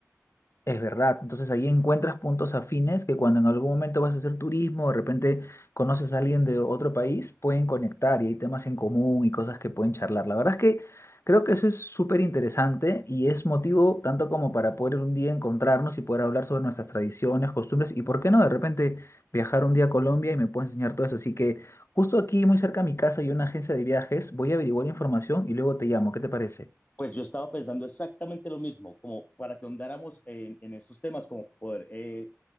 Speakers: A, on the left; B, on the left.
A: Es verdad, entonces ahí encuentras puntos afines que cuando en algún momento vas a hacer turismo, de repente conoces a alguien de otro país, pueden conectar y hay temas en común y cosas que pueden charlar. La verdad es que creo que eso es súper interesante y es motivo tanto como para poder un día encontrarnos y poder hablar sobre nuestras tradiciones, costumbres y por qué no de repente viajar un día a Colombia y me puedes enseñar todo eso. Así que justo aquí muy cerca de mi casa hay una agencia de viajes, voy a averiguar información y luego te llamo, ¿qué te parece?
B: Pues yo estaba pensando exactamente lo mismo, como para que ahondáramos en, en estos temas, como poder eh,